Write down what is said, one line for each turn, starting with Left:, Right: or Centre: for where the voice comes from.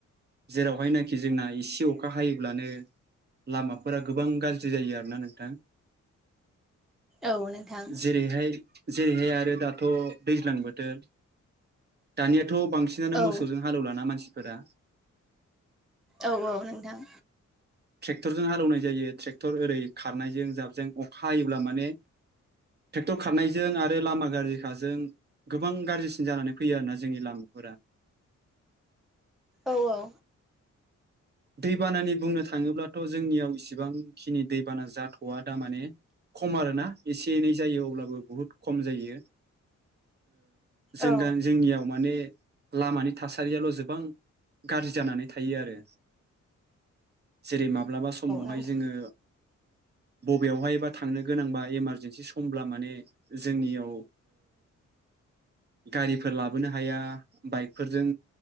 Right: जेरावहायनाखि जोंना एसे अखा हायोब्लानो लामाफोरा गोबां गाज्रि जायो आरो ना नोंथां
Centre: औ नोंथां
Right: जेरैहाय जेरैहाय आरो दाथ' दैज्लां बोथोर दानिया थ' बांसिनानो
Centre: औ
Right: मोसजों हालौ लाना मानसि फोरा
Centre: औ औ नोंथां
Right: ट्रेक्टरजों हालौनाय जायो ट्रेक्टर ओरै खारनायजों जाबजों अखा हायोब्ला माने ट्रेक्टर खारनायजों आरो लामा गाज्रिखाजों गोबां गाज्रिसिन जानानै फैयो आरोना जोंनि लामाफोरा
Centre: औ औ
Right: दैबानानि बुंनो थाङोब्लाथ' जोंनियाव इसिबांखिनि दैबाना जाथ' आ दा माने खम आरो ना एसे एनै जायो अब्लाबो बुहुद खम जायो जों
Centre: औ
Right: गां जोंनियाव माने लामानि थासारियाल' गोबां गाज्रि जानानै थायो आरो जेरै माब्लाबा समावहाय
Centre: नोंथां
Right: जोङो बबेयावहायबा थांनो गोनांबा इमारजेेनसि समब्ला माने जोंनियाव गारिफोर लाबोनो हाया बाइकफोरजों